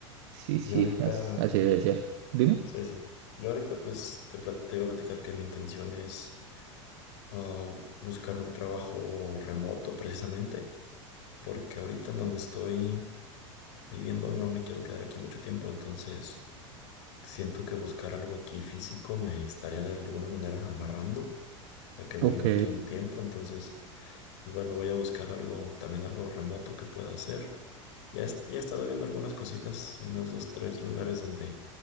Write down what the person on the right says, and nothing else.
Sí, sí,
as- así, debe ser. Dime.
Ok.